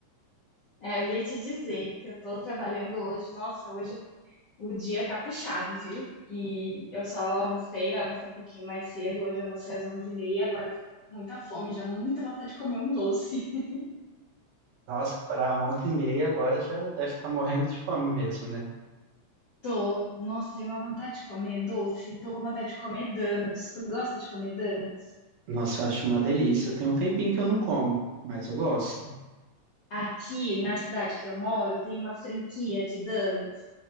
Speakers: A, on the left (about 75°); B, on the right (about 70°).
A: é, eu ia te dizer que eu tô trabalhando hoje. Nossa, hoje o dia tá puxado, viu? E eu só almocei, almocei um pouquinho mais cedo. Hoje eu almocei às onze e meia. agora eu tô com muita fome, já muita vontade de comer um doce. <laughs>
B: Nossa, para onze e meia agora já deve estar morrendo de fome mesmo, né?
A: Tô, nossa, tem uma vontade de comer doce. Tô com vontade de comer donuts. Tu gosta de comer donuts?
B: Nossa, eu acho uma delícia. Tem um tempinho que eu não como, mas eu gosto.
A: Aqui na cidade que eu moro, tem uma franquia de donuts.